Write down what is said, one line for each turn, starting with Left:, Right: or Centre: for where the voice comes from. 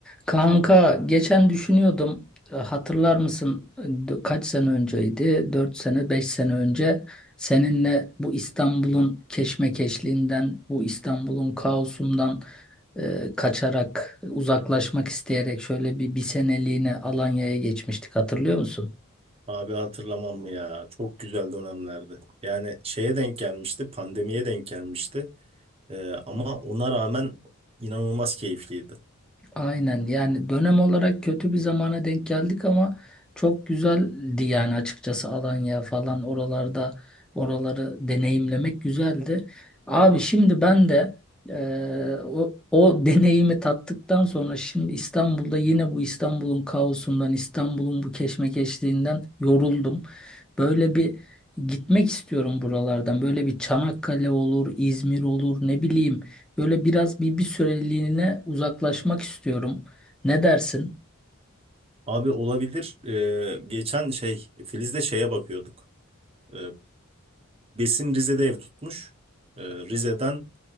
Centre: Kanka geçen düşünüyordum E, hatırlar mısın E, d- kaç sene önceydi Dört sene 5 sene önce seninle bu İstanbul'un keşmekeşliğinden bu İstanbul'un kaosundan e, kaçarak e, uzaklaşmak isteyerek şöyle bir bir seneliğine Alanya'ya geçmiştik hatırlıyor musun?
Right: Abi hatırlamam mı ya? Çok güzel dönemlerdi. Yani şeye denk gelmişti, pandemiye denk gelmişti. Ee, ama ona rağmen inanılmaz keyifliydi.
Centre: Aynen yani dönem olarak kötü bir zamana denk geldik ama çok güzeldi yani açıkçası Alanya falan oralarda oraları deneyimlemek güzeldi. Abi şimdi ben de eee, o, o deneyimi tattıktan sonra şimdi İstanbul'da yine bu İstanbul'un kaosundan İstanbul'un bu keşmekeşliğinden yoruldum. Böyle bir gitmek istiyorum buralardan böyle bir Çanakkale olur İzmir olur ne bileyim. Böyle biraz bir, bir süreliğine uzaklaşmak istiyorum. Ne dersin?
Right: Abi olabilir. Ee, geçen şey Filiz'de şeye bakıyorduk. Ee, Besim Rize'de ev tutmuş. Ee, Rize'den